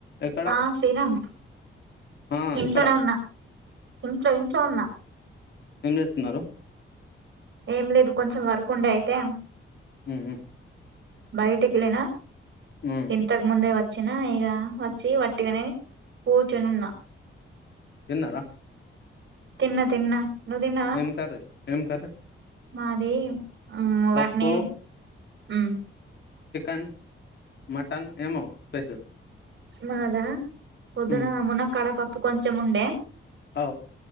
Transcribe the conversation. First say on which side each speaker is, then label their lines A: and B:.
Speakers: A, on the left; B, on the right.
A: ఎక్కడ
B: ఆ శ్రీరామ్
A: ఆ
B: ఇంట్లోనే
A: ఎక్కడ
B: ఉన్నా ఇంట్లో ఇంట్లో ఉన్న
A: ఏమ్ చేస్తున్నారు
B: ఏం లేదు కొంచెం వర్క్ ఉండే అయితే
A: మ్ హ్మ్
B: బయటికెళ్ళిన
A: ఉ
B: ఇంతకు ముందేవ చ్చిన ఇగ వచ్చి వట్టిగనే కూర్చొని ఉన్నా
A: తిన్నరా
B: తిన్నా తిన్నా నువ్వు తిన్నావా
A: ఏమ్ కర్రీ ఏమ్ కర్రీ
B: మాది ఆ
A: పప్పు
B: వాటిని మ్
A: చికెన్ మటన్ ఏమో స్పషల్
B: మాదా పొద్దున
A: ఉ
B: మునక్కాడ పప్పు కొంచెం ఉండే
A: ఔ